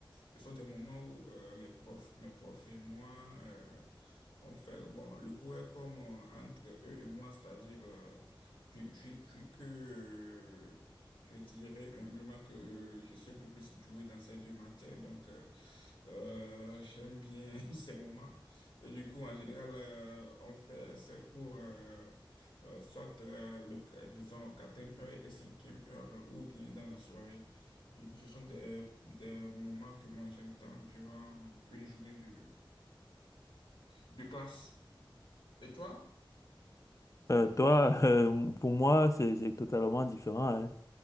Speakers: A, on the left; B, on the left.
A: Ce sont des moments où euh, les profs, mes profs et moi, euh, on fait, bon, le cours est comme euh, entre eux et moi, c'est-à-dire, euh, vu, vu- vu que euh, je dirais humblement que je suis un peu plus doué dans ces deux matières, donc euh, euh, j'aime bien <laughs> ces moments. Et du coup, en général, euh, on fait ces cours. euh, euh, soit euh, le, disons, quatrième heure et cinquième heure, euh, ou bien dans la soirée. Et du coup, ce sont des, des moments que moi j'aime tant durant une journée de, de classe. Et toi?
B: Euh, toi, <laughs> euh, pour moi, c'est c'est totalement différent. hein.